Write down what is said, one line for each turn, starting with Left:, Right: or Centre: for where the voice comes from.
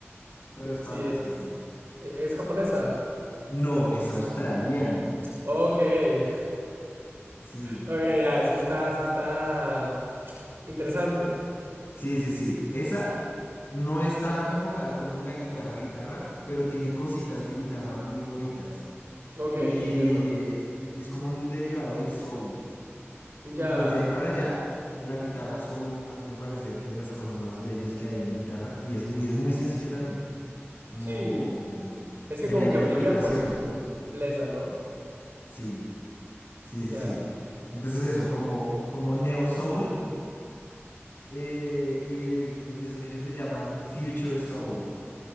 Left: pero es
Right: Sí,
Left: fantástico.
Right: es, e- es japonesa.
Left: No, es australiana.
Right: Ok, <laughs>
Left: Sí,
Right: ok, ya, sí está, sí está interesante.
Left: sí, sí, sí. Esa no está enfocada como en la guitarra, guitarra, pero tiene cositas de guitarra muy bonitas.
Right: Ok,
Left: Y
Right: entiendo.
Left: eh, es como un derivado del soul.
Right: Ya,
Left: Y pues de ahí para allá, la guitarra soul a mí me parece de las cosas más bellas que hay en guitarra y es muy, es muy sencillo también, como
Right: sí, es que
Left: en
Right: como
Left: la interpretación.
Right: que brilla por su simpleza, ¿no?
Left: Sí, sí,
Right: Ya,
Left: sí, sí. Entonces eso, como, como neo soul eh, y el- ellos, ellos le llaman future soul.